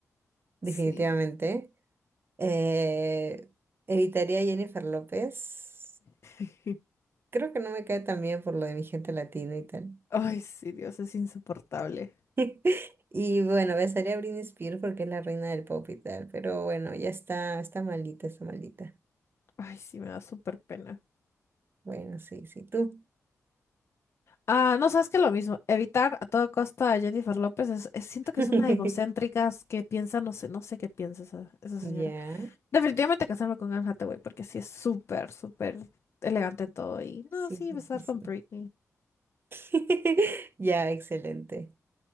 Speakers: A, on the right; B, on the left.
A: definitivamente.
B: Sí.
A: Eh, evitaría a Jennifer López.
B: <laughs>
A: Creo que no me cae tan bien por lo de mi gente latina y tal.
B: Ay, sí, Dios, es insoportable.
A: <laughs> Y bueno, besaría a Britney Spears porque es la reina del pop y tal, pero bueno, ya está, está malita está malita
B: Ay, sí, me da súper pena.
A: Bueno, sí, sí, tú.
B: Ah, no, sabes que lo mismo, evitar a toda costa a Jennifer López es, es- siento que
A: <laughs>
B: es una egocéntrica que piensa, no sé, no sé qué piensa esa, esa señora.
A: Ya,
B: Definitivamente casarme con Anne Hathaway porque sí es súper, súper elegante en todo y
A: sí,
B: no, sí, besar
A: sí, sí.
B: con Britney.
A: <laughs> Ya, excelente.